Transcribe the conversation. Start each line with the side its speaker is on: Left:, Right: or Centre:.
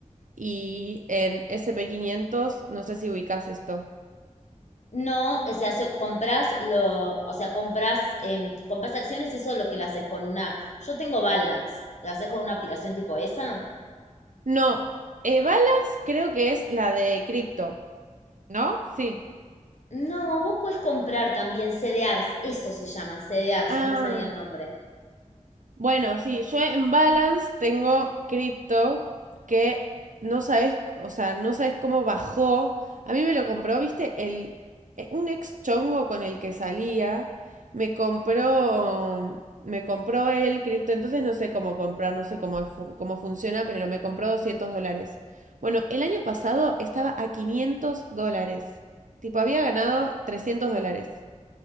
Right: y en sp quinientos, no sé si ubicas esto.
Left: No, o sea, so- compras lo, o sea, compras, em, compras acciones y eso es lo que lo haces con una. Yo tengo Balance, ¿lo haces con una aplicación tipo esa?
Right: No, eh, Balance creo que es la de cripto, ¿no? Sí.
Left: No, vos puedes comprar también CDRs, eso se llaman, CDRs,
Right: Ah.
Left: no me salía el nombre.
Right: Bueno, sí, yo en Balance tengo cripto que no sabes, o sea, no sabes cómo bajó. A mí me lo compró, viste, el, eh, un ex chongo con el que salía, me compró, me compró el cripto, entonces no sé cómo comprar, no sé cómo, fu- cómo funciona, pero me compró 200 dólares. Bueno, el año pasado estaba a 500 dólares. Tipo, había ganado 300 dólares.